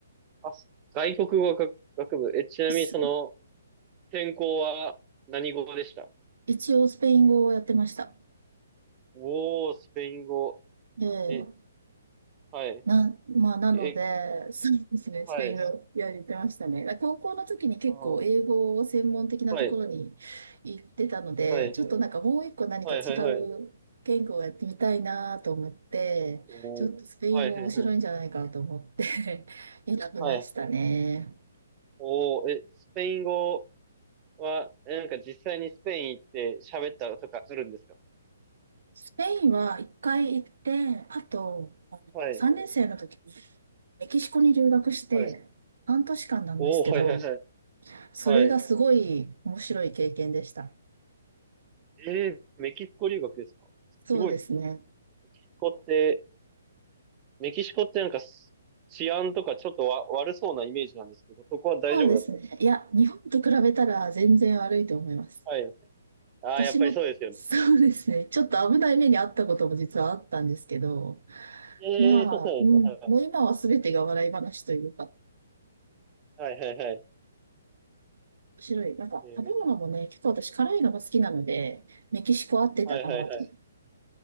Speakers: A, on the right; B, on the right.
A: あ、外国語学、学部。え、ちなみにその
B: す
A: 専攻は何語でした
B: 一応、スペイン語をやってました。
A: おー、スペイン語。
B: で、
A: え、はい。
B: な、まあ、なので、
A: え、
B: <laughs> そうですね、
A: はい。
B: スペイン語やりてましたね。だ高校の時に結構英語を専門的なところに行ってたので、
A: あー、はい。はい。
B: ちょっとなんかもう一個何か違う言語をやってみたいなと思って、
A: はい、はい、はい。おーはいはいはい。
B: ちょっとスペイン語面白いんじゃないかと思って <laughs> 選びましたね。
A: はい。おー、え、スペイン語は、え、なんか実際にスペイン行って喋ったとかあるんですか
B: スペインは一回行って、あと
A: はい。
B: 3年生の時にメキシコに留学して、
A: はい。
B: 半年間なんですけど、
A: おー、はいはいはい。
B: それがすごい面白い経験でした。
A: はい。えー、メキシコ留学ですかすごい。
B: そうですね。
A: メキシコって、メキシコってなんかす治安とかちょっとわ悪そうなイメージなんですけど、そこは大丈夫だったんですか
B: そうですね。いや、日本と比べたら全然悪いと思います。
A: はい。ああ、
B: 私も、
A: やっぱりそうですよね。
B: そうですね。ちょっと危ない目に遭ったことも実はあったんですけど、
A: ええー、
B: まあ、
A: そうなんですよ。
B: うん、もう今は全てが笑い話というか、面
A: はいはいはいはい。
B: 白い。なんか、
A: えー、
B: 食べ物もね、
A: メキシ
B: 結構私辛いのが好きなので、メキシコ合ってたなと。
A: コ。はいはいはい。
B: い